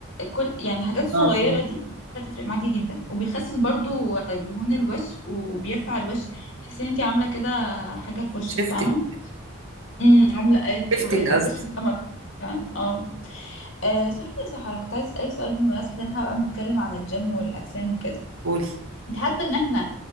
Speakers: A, on the left; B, on the right.
A: كل يعني حاجات صغيرة
B: اه فهمت
A: دي هتفرق معاكي جدا وبيخسس برضو دهون الوش وبيرفع الوش تحسي ان انت عامله كده حاجه في وشك
B: شيفتنج
A: فاهمه امم عامله ايه ك-
B: شيفتنج
A: آه،
B: قصدي
A: وشك بقى مر- فعلا. اه آه، صحيح يا سحر انا كنت عايزه اسالك سؤال بمناسبه ان احنا بقى بنتكلم عن الجيم والاجسام وكده
B: قولي
A: انت حاسه ان احنا